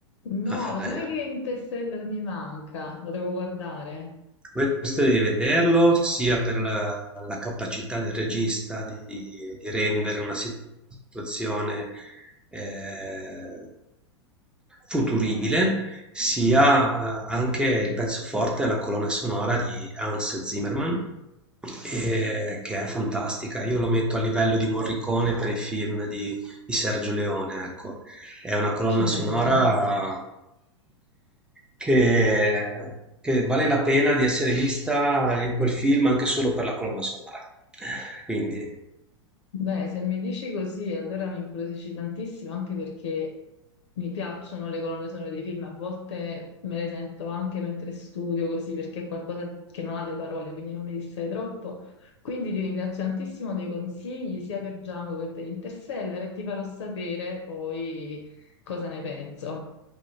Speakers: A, on the left; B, in the centre.
A: No,
B: Ah, vabbè,
A: lo sai
B: no.
A: che Interstellar mi manca? Lo devo guardare.
B: Questo devi vederlo sia per la, la capacità del regista di, di rendere una situazione eh, futuribile, sia eh, anche il pezzo forte, la colonna sonora di Hans Zimmerman, eh, che è fantastica. Io lo metto a livello di Morricone per i film di, di Sergio Leone, ecco. È una colonna
A: Accidenti.
B: sonora che, che vale la pena di essere vista eh, quel film anche solo per la colonna sonora. Quindi.
A: Beh, se mi dici così, allora mi incuriosisci tantissimo, anche perché mi piacciono le colonne sonore dei film. A volte me le sento anche mentre studio, così, perché è qualcosa che non ha le parole, quindi non mi distrae troppo. Quindi ti ringrazio tantissimo dei consigli, sia per Django che per Interstellar, e ti farò sapere poi cosa ne penso.